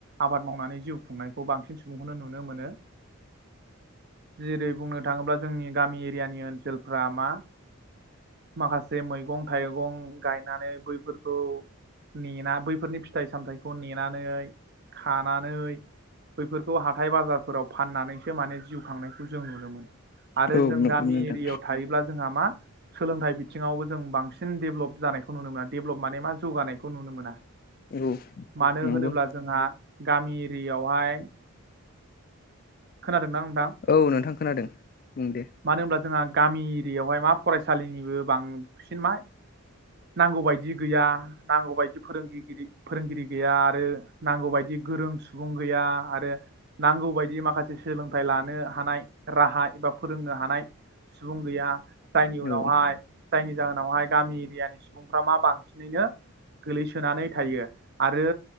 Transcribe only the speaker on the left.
औ
नंगौ
नोंथां
औ
नंगौ
औ नोंथां खोनादों बुं दे।
औ